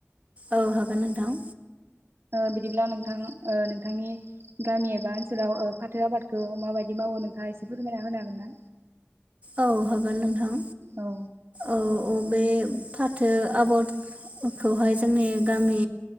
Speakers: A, on the right; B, on the right.
A: औ हागोन नोंथां।
B: बिदिब्ला नोंथां नोंथांनि गामि एबा ओनसोलाव फाथो आबादखौ माबायदि मावो नों थां एसे फोरमायना होनो हागोन ना?
A: औ हागोन नोंथां
B: औ
A: औ बे फाथो आबादखौहाय जोंनि गामि